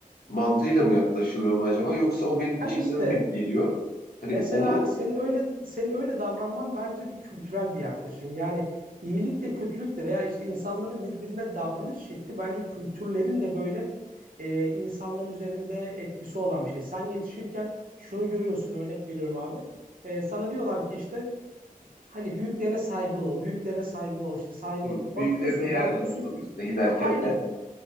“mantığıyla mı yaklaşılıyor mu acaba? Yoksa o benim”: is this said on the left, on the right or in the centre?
Left